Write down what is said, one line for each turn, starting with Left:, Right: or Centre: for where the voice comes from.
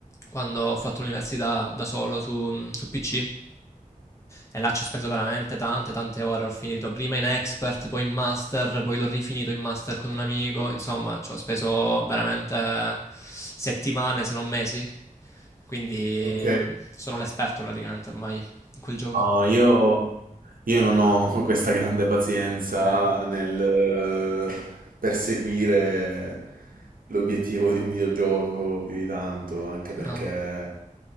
Left: quando ho fatto l'università da solo su, su PC. E là ci ho speso veramente tante, tante ore. Ho finito prima in expert, poi in master, poi l'ho rifinito in master con un amico. Insomma, ci ho speso veramente settimane, se non mesi. Quindi
Right: Ok.
Left: mm, sono l'esperto praticamente ormai in quel gioco.
Right: No, io, io non ho <laughs> questa grande pazienza
Left: Eh, ah
Right: nel eh, perseguire l'obiettivo di un videogioco più di tanto, anche perché
Left: no.